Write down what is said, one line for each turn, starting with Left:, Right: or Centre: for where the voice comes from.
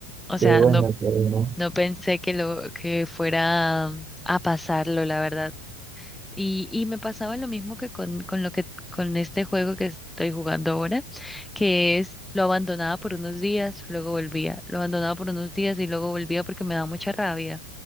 Centre: O sea,
Right: Qué bueno,
Centre: no,
Right: pero no.
Centre: no pensé que lo que fuera a pasarlo, la verdad. Y, y me pasaba lo mismo que con, con lo que con este juego que estoy jugando ahora, que es lo abandonaba por unos días, luego volvía, lo abandonaba por unos días y luego volvía porque me da mucha rabia